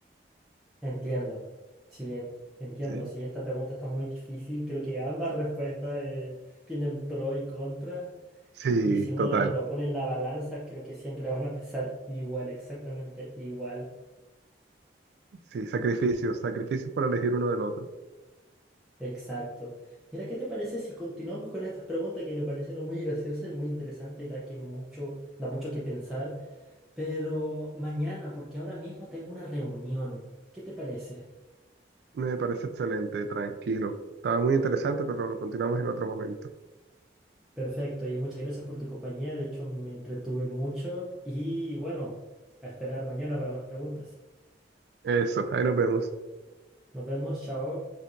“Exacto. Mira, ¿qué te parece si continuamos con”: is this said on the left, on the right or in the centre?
Centre